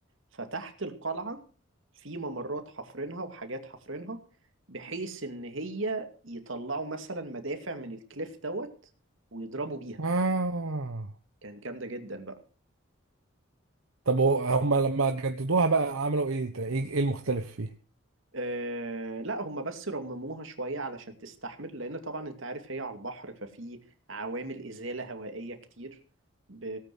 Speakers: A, on the right; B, on the right.
A: فتحت القلعة في ممرات حفرينها وحاجات حفرينها بحيث إن هي يطلعوا مثلا مدافع من الكليف دوت ويضربوا بيها
B: اه
A: كانت جامدة جدا بقى
B: طب هو هما لما جددوها بقى عملوا ايه ده ايه إيه المختلف فيه
A: آه لا هم بس رمموها شوية علشان تستحمل لأن طبعا أنت عارف هي على البحر ففي عوامل إزالة هوائية كتير ب...